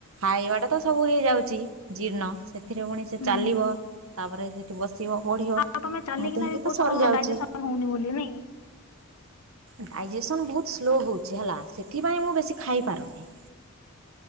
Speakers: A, on the right; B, on the left.
A: ଖାଇବା ଟା ତ ସବୁ ହେଇଯାଉଚି ଜୀର୍ଣ୍ଣ ସେଥିରେ ପୁଣି ସେ
B: ହୁଁ
A: ଚାଲିବ। ତାପରେ ସେଠି ବସିବ ପଢିବ ଏମିତି
B: ଆଉ ତମେ ଚାଲିକିନା
A: ହେଇକି
B: ବି କହୁଛ
A: ତ ସରିଯାଉଚି।
B: ତମର ଡାଇଜେସନ ହଉନି ବୋଲି ନାଇଁ କି।
A: ଡାଇଜେସନ୍ ବହୁତ ସ୍ଲୋ ହଉଛି ହେଲା ସେଥିପାଇଁ ମୁଁ ବେଶୀ ଖାଇପାରୁନିଁ।